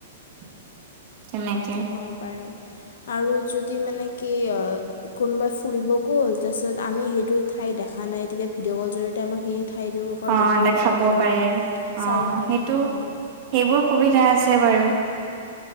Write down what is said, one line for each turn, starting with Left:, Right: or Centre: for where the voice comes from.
Right: <unintelligible>
Left: অ'! পাৰি। আৰু যদি মানে, কি অ'! কোনোবাই ফুৰিব গ'ল। তাৰপিছত, আমি সেইটো ঠাই দেখা নাই। তেতিয়া, ভিডিঅ' ক'ল জৰিয়তে, আমাক সেই ঠাইটোৰ ঘৰ
Right: অ',
Left: দেখিব
Right: দেখাব
Left: পাৰি আৰু,
Right: পাৰে। অ',
Left: চাব পাৰি
Right: সেইটো
Left: উম।
Right: সেইবোৰ সুবিধা আছে বাৰু